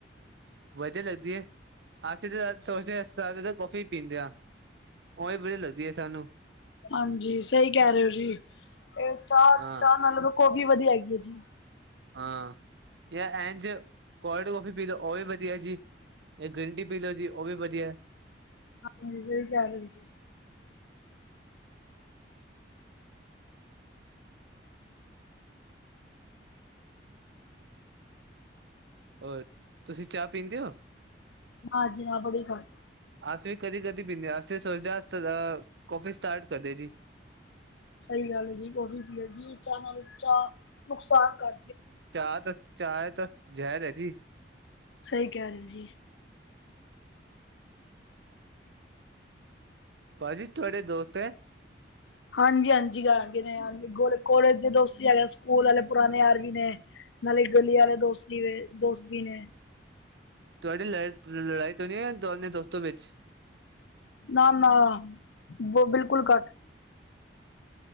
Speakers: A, on the right (about 65°); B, on the left (about 75°).
A: ਵਧੀਆ ਲੱਗਦੀ ਏ ਅਸੀਂ ਤਾਂ ਸੋਚਦੇ ਹ ਸ ਤਾਂ ਕੌਫੀ ਪੀਂਦੇ ਹਾਂ। ਓ ਵੀ ਵਧੀਆ ਲੱਗਦੀ ਹੈ ਸਾਨੂੰ।
B: ਹਾਂਜੀ ਸਹੀ ਕਹਿ ਰਹੇ ਹੋ ਜੀ, ਇਹ ਚਾਹ,
A: ਹਾਂ
B: ਚਾਹ ਕਾਫੀ ਵਧੀਆ ਹੈਗੀ ਹੈ ਜੀ।
A: ਹਾਂ ਜਾਂ ਐਨ ਚ ਕੋਲਡ ਕੌਫੀ ਪੀ ਲਓ ਉਹ ਵੀ ਵਧੀਆ ਜੀ ਇਹ ਗ੍ਰੀਨ ਟੀ ਪੀ ਲਓ ਜੀ ਉਹ ਵੀ ਵਧੀਆ।
B: ਹੋਈ ਗਈ ਗਿਆਰਵੀ <unintelligible>
A: ਹੋਰ ਤੁਸੀਂ ਚਾਹ ਪੀਂਦੇ ਹੋ।
B: ਨਾ ਜੀ ਨਾ ਬੜੀ ਘੱਟ।
A: ਅਸੀ ਵੀ ਕਦੀ ਕਦੀ ਪੀਂਦੇ ਅਸੀਂ ਸੋਚਦੇ ਹ ਕਫੀ ਸਟਾਰਟ ਕਰਦੇ ਜੀ।
B: ਸਹੀ ਗੱਲ ਹੈ ਜੀ ਕੋਫੀ ਪਿਓ ਚਾਹ ਨਾਲ ਚਾਹ ਨੁਕਸਾਨ ਕਰ
A: ਚਾਹ ਤ ਚਾਹ ਤਾਂ ਜ਼ਹਿਰ ਹੈ ਜੀ।
B: ਸਹੀ ਕਹਿ ਰਹੇ ਹੋ ਜੀ।
A: ਭਾਜੀ ਤੁਹਾਡੇ ਦੋਸਤ ਹੈ।
B: <inaudible> ਹਾਂਜੀ- ਹਾਂਜੀ ਹੈਗੇ ਨੇ ਕੋਲੇਜ ਦੇ ਦੋਸਤ ਹੈਗੇ ਸਕੂਲ ਵਾਲੇ ਪੁਰਾਣੇ ਯਾਰ ਵੀ ਨੇ ਨਾਲੇ ਗਲੀ ਵਾਲੇ ਦੋਸਤੀ- ਦੋਸਤੀ ਨੇ
A: ਤੁਹਾਡੀ ਲੜ ਲੜਾਈ ਤੋਂ ਨ ਦੋਨੇ ਦੋਸਤਾਂ ਵਿੱਚ
B: ਨਾ, ਨਾ ਬ ਬਿਲਕੁਲ ਘੱਟ